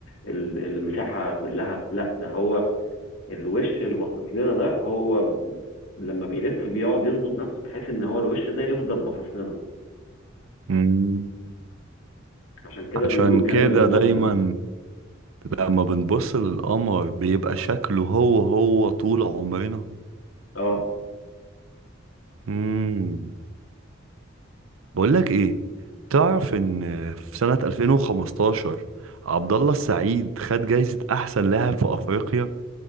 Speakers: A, on the left (about 80°); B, on the right (about 75°).
A: ال- المساحة كلها لا ده هو الوش اللي باصص لنا ده هو لما بيلف بيقعد يظبط نفسه بحيث ان هو الوش ده يفضل باصص لنا
B: مم.
A: عشان كده
B: عشان
A: بيقولوا الجانب
B: كده
A: المظلم
B: دايما لما بنبص للقمر بيبقى شكله هو هو طول عمرنا
A: اه
B: مم. بقولك ايه تعرف ان في سنة 2015 عبد الله السعيد خد جايزة احسن لاعب في افريقيا